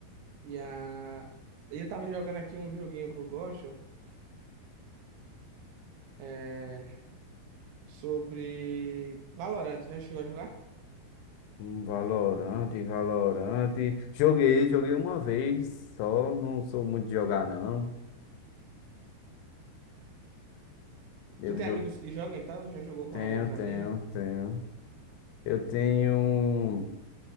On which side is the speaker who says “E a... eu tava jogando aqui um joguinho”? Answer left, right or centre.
Right